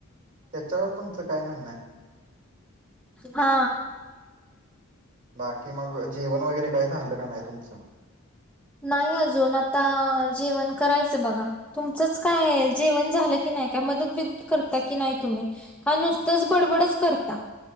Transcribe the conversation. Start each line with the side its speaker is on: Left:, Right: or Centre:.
Right: त्याच्यावर तुमचं काय म्हणणं आहे
Centre: हा
Right: बाकी मग जेवण वगैरे काय झालं का नाही तुमचं
Centre: नाही अजून आता जेवण करायचं बघा तुमचच काय जेवण झालं की नाही काय मदत ब करता की नाही तुम्ही का नुसतंच बडबडच करता